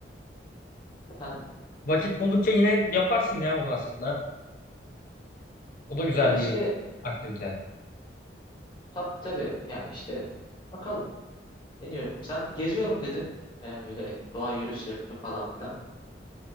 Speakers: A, on the left (about 25°); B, on the left (about 50°).
A: efendim.
B: vakit buldukça yine yaparsın ya onu aslında. O da güzel
A: Ya işte
B: bir aktivite.
A: tabii tabii yani işte bakalım deniyorum. Sen geziyorum dedin yani öyle doğa yürüyüşleri falan filan.